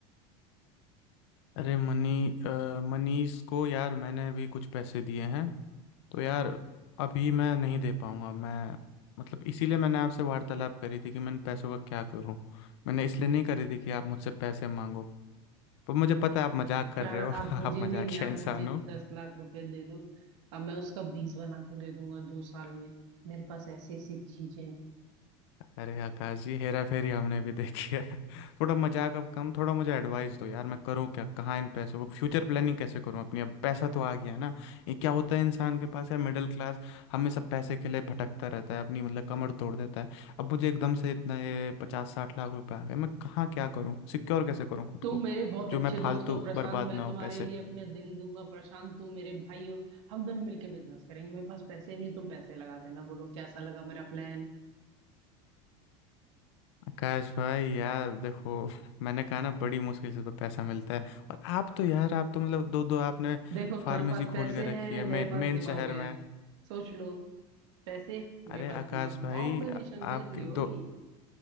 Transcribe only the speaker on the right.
यार
आप मुझे
नहीं नहीं आप
मुझे
दस लाख रुपए दे दो अब मैं उसका बीस बना के दे दूंगा दो साल में मेरे पास ऐसी ऐसी चीजें हैं
तुम
मेरे बहुत
अच्छे
दोस्त
हो प्रशांत
मैं
तुम्हारे
लिए अपने दिल दूंगा प्रशांत तुम मेरे भाई हो हम दोनों मिलके बिजनेस करेंगे मेरे पास पैसे नहीं तुम पैसे लगा देना बोलो कैसा लगा मेरा प्लान
देखो तुम्हारे
पास पैसे
हैं
मेरे पास
दिमाग
है
सोच लो पैसे मेरे
पास
दिमाग
कॉम्बिनेशन
डेडली
होगी